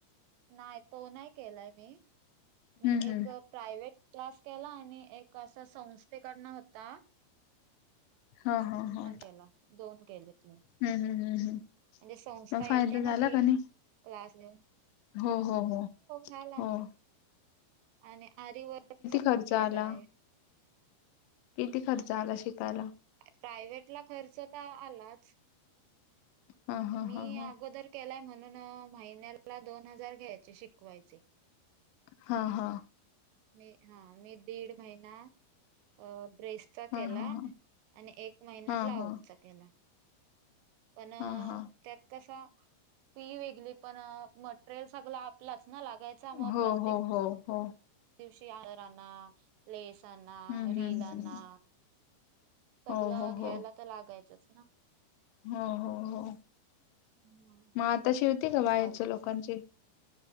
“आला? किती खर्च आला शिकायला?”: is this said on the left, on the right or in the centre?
Left